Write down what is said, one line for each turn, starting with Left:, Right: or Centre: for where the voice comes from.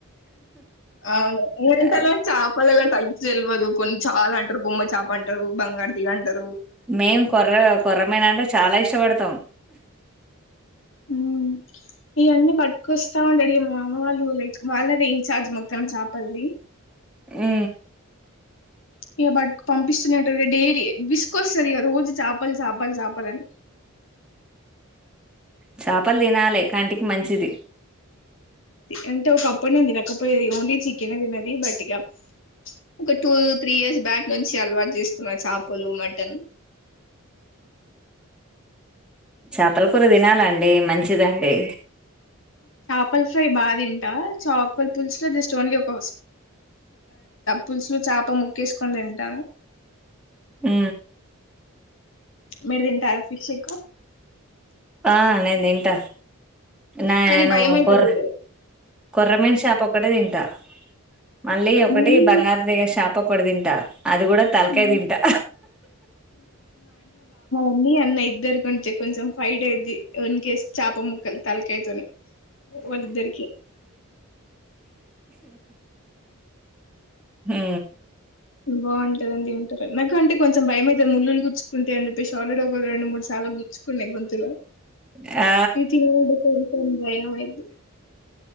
Left: అవును ఏంతలో
Centre: ఆహ్,
Left: చాపలల <inaudible> జెల్వదు కొన్ని చాలంటరు బొమ్మచాపంటరు బంగారు తీగంటరు
Centre: మేం కొర్ర కొర్రమీనంటే చాలా ఇష్టపడతాం
Left: ఉమ్మ్ ఇయన్నీ పట్ కుస్తా వండడి మ వాళ్ళు లైక్ వాళ్ళదే ఇన్ఛార్జ్ మొత్తం చాపల్ది
Centre: ఉ
Left: ఇక బట్ పంపిస్తున్నట్గా డైలీ విసుకొస్తంది ఇక రోజు చేపలు చేపలు చేపాలని
Centre: చాపలు దినాలి కంటికి మంచిది
Left: అంటే ఒక అప్పుడు నే దినకపోయి ఓన్లీ చికెన్ తినది బట్ ఇక ఒక టూ త్రీ ఇయర్స్ బ్యాక్ నుంచి అలవాటు చేసుకున్న చేపలు మటన్
Centre: చాపల కూర తినాలండి మంచిదండి
Left: పల్ ఫ్రై బాదింటా చాపల పులుసు లో జస్ట్ ఓన్లీ ఒక పులుసు లో చేప ముక్కేసుకొని దింటా
Centre: ఉ
Left: మీర్ దింటారా ఫిషెక్కువ
Centre: ఆ నెందింట నేను
Left: కానీ భయం అయితది
Centre: కొర్ర కొర్రమీన్ షాపొక్కటే దింటా మళ్ళీ ఒకటి
Left: ముళ్ళు
Centre: బంగారు దగ్గర షాప్ పప్పడుదింటా అది గూడా తలకాయ
Left: ఉమ్,
Centre: దింటా
Left: అన్నీ అన్న ఇద్దరు కొంటే కొంచెం ఫైట్ అయిద్ది వన్ కేస్ చేప ముక్కలు తలకయితోని వద్దరికి
Centre: హ
Left: బాగుంటుది అండి అంటరు నాకు అంటే కొంచం భయమయితది ముళ్లులు గుచ్చుకుంటే అని చెప్పేసి ఆల్రెడీ ఒక రెండు మూడు సార్లు గుర్చ్చుకున్నాయి గొంతులో
Centre: ఆ!
Left: ఇతే బయం అయితది